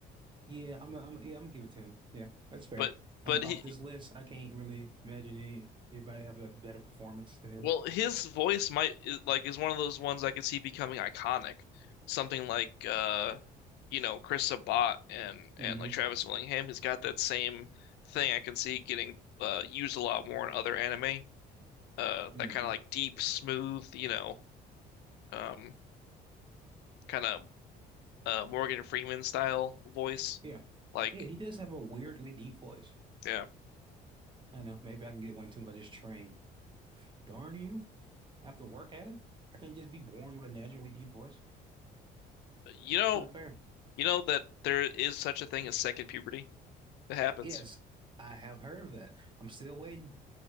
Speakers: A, on the right; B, on the left.
A: Yeah, I'm a, I'm a, yeah, I'm gonna give it to him. Yeah, that's fair.
B: But but
A: I'm
B: he
A: up this list. I can't really imagine any, anybody have a better performance than him.
B: Well, his voice might is- like is one of those ones I could see becoming iconic. Something like uh you know, Chris Sabat and and
A: hmm
B: like Travis Willingham, he's got that same thing I can see getting uh used a lot more in other anime. Uh
A: hmm
B: that kind of like deep, smooth, you know, um kind of uh Morgan Freeman style voice.
A: Yeah,
B: Like,
A: yeah, he does have a weirdly deep voice.
B: yeah.
A: I know. Maybe I can get one too if I just train. Darn you. I have to work at it. I can't just be born with a naturally deep voice.
B: You know,
A: It's not fair.
B: you know that there is such a thing as second puberty. It happens.
A: Yes, I have heard of that. I'm still waiting.